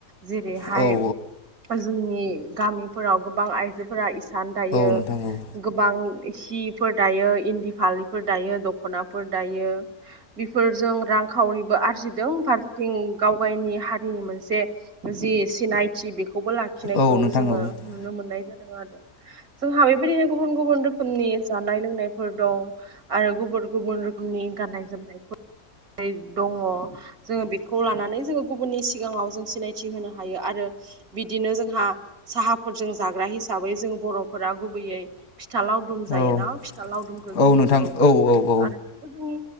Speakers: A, on the right (about 85°); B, on the left (about 80°).
A: जेरैहाय
B: औ औ
A: ओ जोंनि गामिफोराव गोबां आइजोफोरा इ सान दायो।
B: नोंथां औ
A: गोबां सिफोर दायो इन्दि फालिफोर दायो दख'नाफोर दायो। बेफोरजों रांखावरिबो आरजि फारसेथिं गाव गावनि हारिनि मोनसे जि सिनायथि बे बो लाखिनायखौ
B: औ नोंथां
A: जोङो
B: औ औ
A: नुनो मोननाय जादों आरो। जोंहा बेबायदिनो गुबुन गुबुन रोखोमनि जानाय लोंनायफोर दं। आरो गुबुन गुबुन रोखोमनि गाननाय जोमनायफोर दङ जोङो बेखौ लानानै जोङो गुबुननि सिगाङाव जों सिनायथि होनो हायो आरो। बिदिनो जोंहा साहाफोरजों जाग्रा हिसाबै जों बर'फोरा गुबैयै फिथा लावदुम जायोना
B: औ
A: फिथा लावदुमखौ जोंनि
B: औ नोंथां
A: बर'फोरा
B: औ औ
A: जायो आरो बेखौ जोंनि